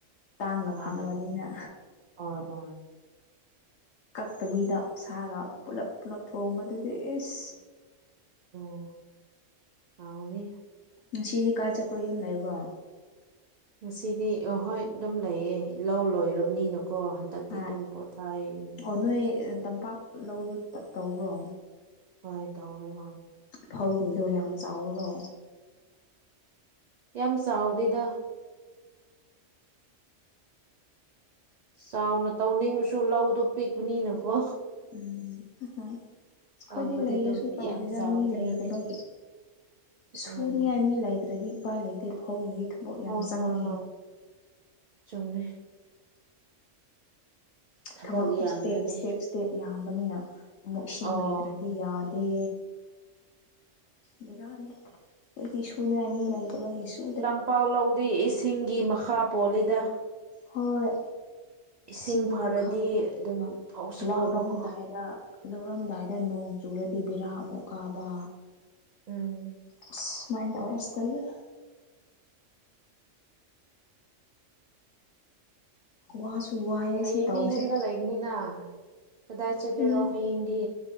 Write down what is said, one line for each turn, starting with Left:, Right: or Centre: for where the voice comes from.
Left: ꯇꯥꯡꯅ
Right: ꯍꯥꯟꯅ
Left: ꯐꯪꯕꯅꯤꯅ
Right: ꯍꯣꯏ ꯍꯣꯏ
Left: ꯀꯛꯇꯕꯤꯗ ꯑꯣꯛꯁꯥꯒ ꯄꯨꯜꯂꯞ ꯄꯨꯜꯂꯞ ꯊꯣꯡꯕꯗꯨꯗꯤ ꯏꯁ
Right: ꯑꯣ ꯍꯥꯎꯒꯅꯤ
Left: ꯉꯁꯤꯒꯤ ꯀꯥꯏ ꯆꯠꯄ꯭ꯔꯣ ꯌꯨꯝ ꯂꯩꯕꯣ
Right: ꯉꯁꯤꯗꯤ ꯑꯍꯣꯏ ꯑꯗꯨꯝ ꯂꯩꯌꯦ ꯂꯧ ꯂꯣꯏꯔꯕꯅꯤꯅꯀꯣ ꯍꯟꯗꯛꯇꯤ
Left: ꯍꯣꯏ
Right: ꯑꯗꯨꯝ ꯄꯣꯊꯥꯏ ꯌꯨꯝꯗ
Left: ꯑꯣ ꯅꯣꯏ ꯇꯝꯄꯥꯛ ꯂꯧꯗꯣ ꯇꯧꯕ꯭ꯔꯣ
Right: ꯍꯣꯏ ꯇꯧꯋꯦ ꯍꯣꯏ
Left: ꯐꯧꯁꯤꯡꯗꯣ ꯌꯥꯝ ꯆꯥꯎꯕꯗꯣ
Right: ꯌꯥꯝ ꯆꯥꯎꯗꯦꯗ ꯆꯥꯎꯅ ꯇꯧꯅꯤꯡꯑꯁꯨ ꯂꯧꯗꯨ ꯄꯤꯛꯄꯅꯤꯅꯀꯣ
Left: ꯎꯝ <unintelligible> ꯑꯩꯈꯣꯏꯗꯤ
Right: ꯇꯧꯕꯗꯤ
Left: ꯂꯩꯔꯁꯨ
Right: ꯑꯗꯨꯝ
Left: ꯇꯧꯗꯦꯗ
Right: ꯌꯥꯝ ꯆꯥꯎꯕꯗꯤ
Left: ꯃꯤ ꯂꯩꯇꯕꯒꯤ
Right: ꯅꯠꯇꯦ
Left: ꯁꯨꯅꯤꯉꯥꯏ
Right: ꯎꯝ
Left: ꯃꯤ ꯂꯩ ꯑꯗꯒꯤ ꯎꯄꯥꯏ ꯂꯩꯇꯦ ꯐꯧꯒꯤ ꯊꯕꯛ
Right: ꯍꯣꯏ
Left: ꯌꯥꯝ ꯆꯪꯉꯦ
Right: ꯍꯣꯏ ꯍꯣꯏ ꯆꯨꯝꯃꯦ ꯊꯕꯛ
Left: ꯊꯕꯛꯇꯨ
Right: ꯌꯥꯝꯕꯅꯦ
Left: ꯁ꯭ꯇꯦꯞ ꯁ꯭ꯇꯦꯞ ꯁ꯭ꯇꯦꯞ ꯌꯥꯝꯕꯅꯤꯅ ꯑꯃꯨꯛ ꯏꯁꯤꯡ
Right: ꯑꯣ
Left: ꯂꯩꯇ꯭ꯔꯗꯤ ꯌꯥ ꯗꯦ ꯕꯤꯔꯥꯅꯤ ꯑꯩꯗꯤ ꯁꯨꯅꯉꯥꯢ ꯃꯤ ꯂꯩꯇꯕꯒꯤ ꯁꯨ
Right: ꯇꯝꯄꯥꯛ ꯂꯧꯗꯤ ꯏꯁꯤꯡꯒꯤ ꯃꯈꯥ ꯄꯣꯜꯂꯤꯗ
Left: ꯍꯣꯏ
Right: ꯏꯁꯤꯡ
Left: ꯁꯤꯡꯗꯨꯅ
Right: ꯐꯔꯗꯤ
Left: ꯈꯪꯉꯛꯀꯟꯗ
Right: ꯑꯗꯨꯝ ꯐꯧꯁꯨ
Left: ꯂꯧꯔꯝꯗꯥꯏꯗ
Right: ꯐꯕꯀꯣ
Left: ꯂꯧꯔꯝꯗꯥꯏꯗ ꯅꯣꯡ ꯆꯨꯔꯗꯤ ꯕꯦꯔꯥ ꯑꯃꯨꯛ ꯀꯥꯕ
Right: ꯎꯝ
Left: ꯑꯁ ꯁꯨꯃꯥꯏꯟ ꯇꯧꯋꯦ ꯑꯁ ꯇꯜꯂꯦ ꯋꯥꯁꯨ ꯋꯥꯏꯑꯦ
Right: ꯍꯌꯦꯡꯗꯤ
Left: ꯁꯤ ꯇꯧꯁꯦ
Right: ꯌꯨꯝꯗ ꯂꯩꯒꯅꯤꯅ ꯀꯗꯥꯏ ꯆꯠꯒꯦꯔꯣ
Left: ꯍꯌꯦꯡ
Right: ꯍꯥꯌꯦꯡꯗꯤ